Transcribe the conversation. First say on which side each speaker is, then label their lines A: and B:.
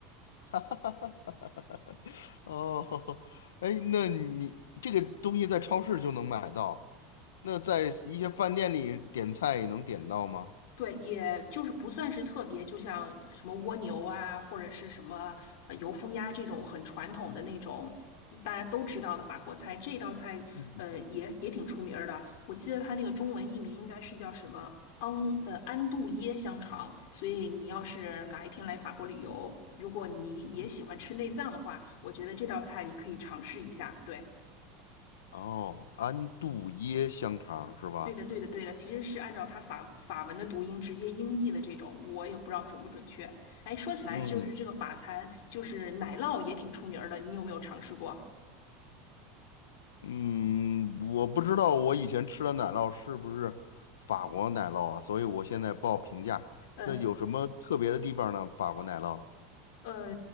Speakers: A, on the left; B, on the left.
A: <laughs> 哦，哎，那你这个东西在超市就能买到，那在一些饭店里点菜也能点到吗？
B: 对，也就是不算是特别，就像什么蜗牛啊，或者是什么呃油封鸭这种很传统的那种大家都知道的法国菜，这道菜呃也也挺出名儿的。
A: 嗯
B: 我记得它那个中文译名应该是叫什么昂呃安杜耶香肠。所以你要是哪一天来法国旅游，如果你也喜欢吃内脏的话，
A: 嗯，
B: 我觉得这道菜你可以尝试一下。对。
A: 哦，安度耶香肠是吧？
B: 对的，对的，对的，其实是按照它法法文的读音直接音译的这种，我也不知道准不准确。哎，说起来就是这个法餐，
A: 嗯
B: 就是奶酪也挺出名儿的，你有没有尝试过？
A: 嗯，我不知道我以前吃的奶酪是不是法国奶酪啊，所以我现在报评价。
B: 嗯，
A: 那有什么特别的地方呢？法国奶酪
B: 呃，